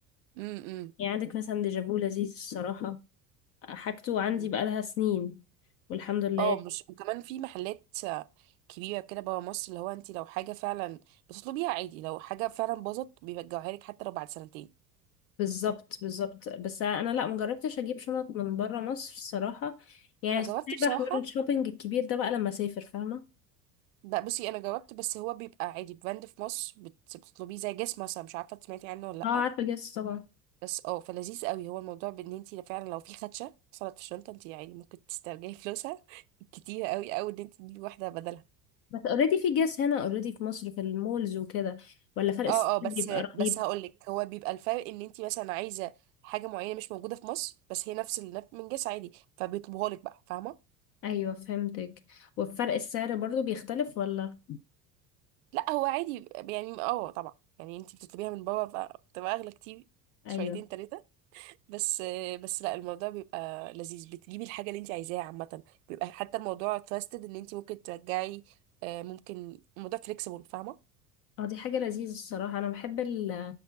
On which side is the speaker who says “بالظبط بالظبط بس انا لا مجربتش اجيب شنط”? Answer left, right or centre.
Left